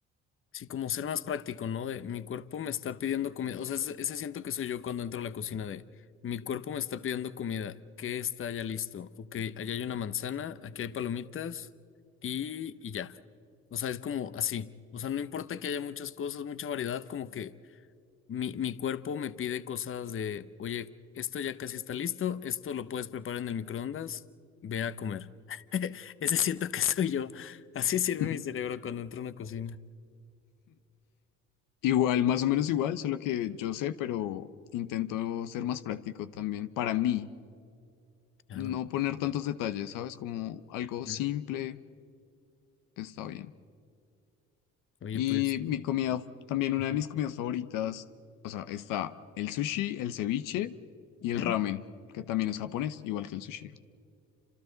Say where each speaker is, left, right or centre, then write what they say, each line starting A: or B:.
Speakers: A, on the left (about 40°); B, on the left (about 80°).
A: Sí, como ser más práctico, ¿no? De mi cuerpo me está pidiendo comida. O sea, ese, ese siento que soy yo cuando entro a la cocina de mi cuerpo me está pidiendo comida. ¿Qué está ya listo? Ok, allá hay una manzana, aquí hay palomitas y, y ya. O sea, es como así. O sea, no importa que haya muchas cosas, mucha variedad, como que mi, mi cuerpo me pide cosas de, oye, esto ya casi está listo, esto lo puedes preparar en el microondas, ve a comer. <laughs> Ese siento que soy yo. Así sirve
B: <laughs>
A: mi cerebro cuando entro a una cocina.
B: Igual, más o menos igual, solo que yo sé, pero intento ser más práctico también. Para mí,
A: Claro.
B: no poner tantos detalles, ¿sabes? Como algo
A: Mm.
B: simple está bien.
A: Oye,
B: Y
A: pues,
B: mi comida, también una
A: ujú,
B: de mis comidas favoritas, o sea, está el sushi, el ceviche
A: ujú.
B: y el ramen, que también es japonés, igual que el sushi,